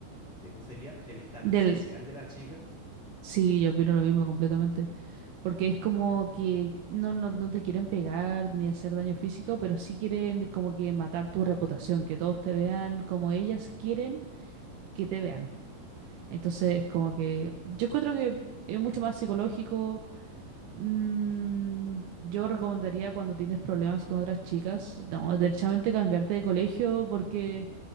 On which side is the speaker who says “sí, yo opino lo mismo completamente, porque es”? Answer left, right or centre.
Right